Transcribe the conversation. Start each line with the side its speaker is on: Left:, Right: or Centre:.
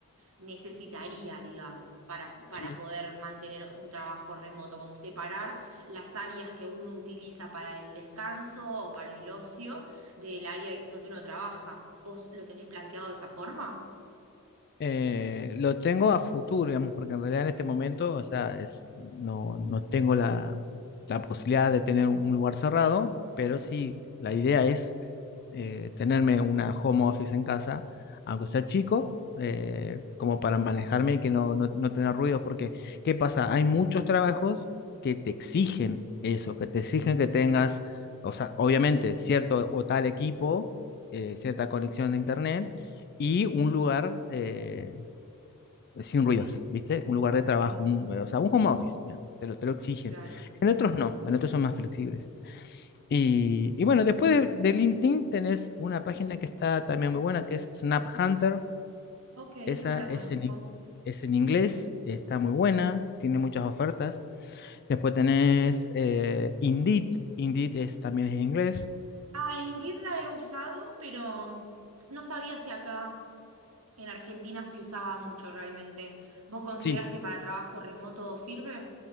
Right: necesitaría, digamos, para, para
Left: Sí.
Right: poder mantener un trabajo remoto, como separar las áreas que uno utiliza para el descanso o para el ocio del área donde uno trabaja. ¿Vos lo tenés planteado de esa forma?
Left: Eh, lo tengo a futuro, digamos, porque en realidad en este momento, o sea, es, no, no tengo la, la posibilidad de tener un lugar cerrado, pero sí, la idea es eh, tenerme una home office en casa, aunque sea chico, eh, como para manejarme y que no, no, no tener ruidos, porque ¿qué pasa? Hay muchos trabajos que te exigen eso, que te exigen que tengas, o sea, obviamente, cierto o tal equipo, eh, cierta conexión de internet. Y un lugar eh, sin ruidos, ¿viste? Un lugar de trabajo,
Right: Sí,
Left: un- o sea, un home office, digamos, te lo, te lo exigen.
Right: claro.
Left: En otros no, en otros son más flexibles. Y, y bueno, después de, de LinkedIn tenés una página que está también muy buena, que es Snap Hunter.
Right: Ok, esa
Left: Esa
Right: no la
Left: es
Right: conozco.
Left: en, in- es en inglés, está muy buena, tiene muchas ofertas. Después tenés eh, Indeed. Indeed es, también es en inglés.
Right: Ah, Indeed la he usado, pero no sabía si acá en Argentina se usaba mucho realmente. ¿Vos considerás
Left: Sí,
Right: que para trabajo remoto sirve?